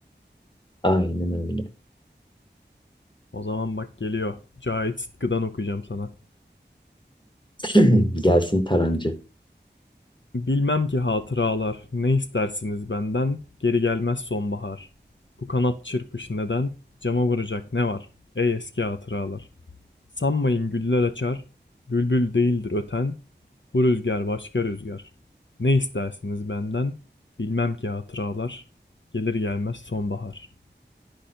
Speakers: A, on the left; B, on the left.
A: Aynen öyle.
B: O zaman bak geliyor. Cahit Sıtkı'dan okuyacağım sana.
A: <clears throat> Gelsin Tarancı.
B: Bilmem ki hatıralar, ne istersiniz benden, geri gelmez sonbahar. Bu kanat çırpış neden, cama vuracak ne var, ey eski hatıralar. Sanmayın güller açar, bülbül değildir öten, bu rüzgar başka rüzgar. Ne istersiniz benden, bilmem ki hatıralar, gelir gelmez sonbahar.